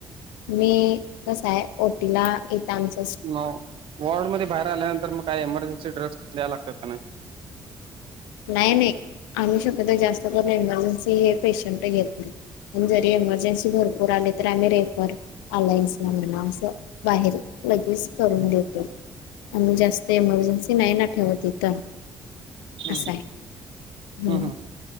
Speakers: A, on the left; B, on the right.
A: मी. कसं आहे ओटीला येतं आमच्या.
B: म वॉर्ड मध्ये बाहेर आल्यानंतर मग काही एमर्जन्सी ड्रग्स द्या लागतात का नाही.
A: नाही नाही आम्ही शकतो जास्त करून एमर्जन्सी हे पेशंट घेत पण जरी एमर्जन्सी भरपूर आले तर आम्ही रेफर. अलायन्सला म्हणा असं बाहेर लगेच करून देतो. आम्ही जास्त एमर्जन्सी नाही ना ठेवत इथं.
B: हम्म
A: अस आहे हं.
B: हम्म